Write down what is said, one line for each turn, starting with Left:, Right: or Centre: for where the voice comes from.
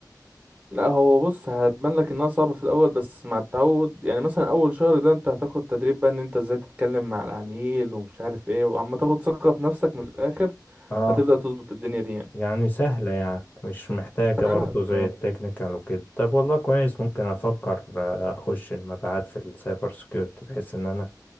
Right: لا هو بص هتبان لك انها صعبة في الاول بس مع التعود يعني مثلا اول شهر ده انت هتاخد تدريب بقى ان انت ازاي تتكلم مع العميل ومش عارف ايه وعم تاخد ثقة في نفسك من الاخر
Left: اه
Right: هتبدأ تظبط الدنيا دي يعني
Left: يعني سهلة يعني مش محتاجة
Right: طبعا
Left: برضو زي
Right: اه
Left: التكنيكال وكده طب والله كويس ممكن افكر آه، اخش المبيعات في السايبر سيكيورتي بحيث ان انا